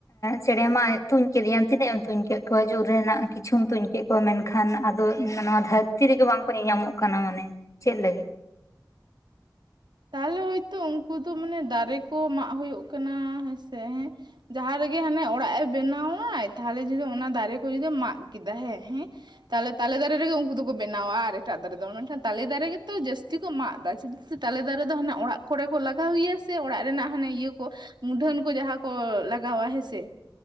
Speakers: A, on the left (about 45°); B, on the right (about 75°).
A: ᱪᱮᱬᱮ ᱢᱟ ᱛᱩᱧ ᱠᱮᱫ ᱠᱚᱣᱟᱢ ᱛᱤᱱᱟᱹᱜ ᱮᱢ ᱛᱩᱧ ᱠᱮᱫ ᱠᱚᱣᱟ ᱡᱳᱨ ᱨᱮᱱᱟᱜ ᱠᱤᱪᱷᱩᱢ ᱛᱩᱧ ᱠᱮᱫ ᱢᱮᱱᱠᱷᱟᱱ ᱟᱫᱚ ᱱᱚᱣᱟ ᱫᱷᱟᱹᱨᱛᱤ ᱨᱮᱜᱮ ᱵᱟᱝᱠᱚ ᱧᱮᱞᱧ ᱟᱢᱚᱜ ᱠᱟᱱᱟ ᱢᱟᱱᱮ ᱪᱮᱫ ᱞᱟᱹᱜᱤᱫ
B: ᱛᱟᱦᱚᱞᱮ ᱦᱚᱭᱛᱳ ᱩᱱᱠᱩ ᱫᱚ ᱢᱟᱱᱮ ᱫᱟᱨᱮ ᱠᱚ ᱢᱟᱜ ᱦᱩᱭᱩᱜ ᱠᱟᱱᱟ ᱦᱮᱸᱥᱮ ᱦᱮᱸ ᱡᱟᱦᱟᱸ ᱨᱮ ᱜᱮ ᱦᱟᱱᱮ ᱚᱲᱟᱜ ᱮ ᱵᱮᱱᱟᱣᱟᱭ ᱛᱟᱦᱚᱞᱮ ᱡᱩᱫᱤ ᱚᱱᱟ ᱫᱟᱨᱮ ᱠᱚ ᱡᱩᱫᱤᱢ ᱢᱟᱜ ᱠᱮᱫᱟ ᱦᱮᱸ ᱦᱮᱸ ᱛᱟᱦᱚᱞᱮ ᱛᱟᱞᱮ ᱫᱟᱨᱮ ᱨᱮ ᱜᱮ ᱩᱱᱠᱩ ᱫᱚ ᱠᱚ ᱵᱮᱱᱟᱣᱟ ᱟᱨ ᱮᱴᱟᱜ ᱫᱟᱨᱮ ᱫᱚ ᱢᱮᱱᱠᱷᱟᱱ ᱛᱟᱞᱮ ᱫᱟᱨᱮ ᱨᱮ ᱜᱮᱛᱚ ᱡᱟᱹᱥᱛᱤ ᱠᱚ ᱢᱟᱜ ᱮᱫᱟ ᱪᱮᱫᱟᱜ ᱥᱮ ᱛᱟᱞᱮ ᱫᱟᱨᱮ ᱫᱚ ᱦᱟᱱᱮ ᱚᱲᱟᱜ ᱠᱚᱨᱮ ᱠᱚ ᱞᱟᱜᱟᱣ ᱜᱮᱭᱟ ᱥᱮ ᱚᱲᱟᱜ ᱨᱮᱱᱟᱜ ᱦᱟᱱᱮ ᱤᱭᱟᱹ ᱠᱚ ᱢᱩᱫᱷᱟᱹᱱ ᱠᱚ ᱡᱟᱦᱟᱸ ᱠᱚ ᱞᱟᱜᱟᱣᱟ ᱦᱮᱸᱥᱮ